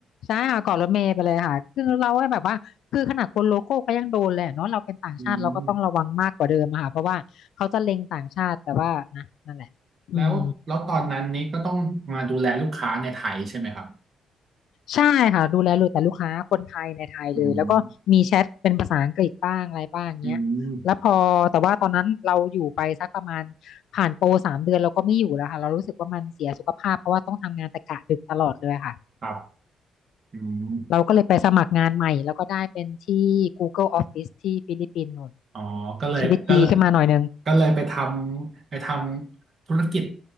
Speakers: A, on the left; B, on the right.
A: ใช่ค่ะเกาะรถเมล์ไปเลยค่ะคือเราให้แบบว่าคือขนาดคนโลโก้ก็ยังโดนเลยอะเนาะเราเป็นต่างชาติเราก็ต้องระวังมากกว่าเดิมอะค่ะเพราะว่าเขาจะเล็งต่างชาติแต่ว่านะนั่นแหละอืม
B: อืมแล้วแล้วตอนนั้นนี้ก็ต้องมาดูแลลูกค้าในไทยใช่ไหมครับ
A: ใช่ค่ะดูแลเลยแต่ลูกค้าคนไทยในไทยเลยแล้วก็มีแชทเป็นภาษาอังกฤษบ้างอะไรบ้างเงี้ยแล้วพอแต่ว่าตอนนั้นเราอยู่ไปสักประมาณ
B: อืมอืม
A: ผ่านโปรสามเดือนเราก็ไม่อยู่แล้วค่ะเรารู้สึกว่ามันเสียสุขภาพเพราะว่าต้องทำงานแต่กะดึกตลอดเลยค่ะ
B: ครับอืม
A: เราก็เลยไปสมัครงานใหม่แล้วก็ได้เป็นที่ Google Office ที่ฟิลิปปินส์นู่น
B: อ๋อก็เลยก็เลย
A: ชีวิตดีขึ้นมาหน่อยนึง
B: ก็เลยไปทำไปทำธุรกิจ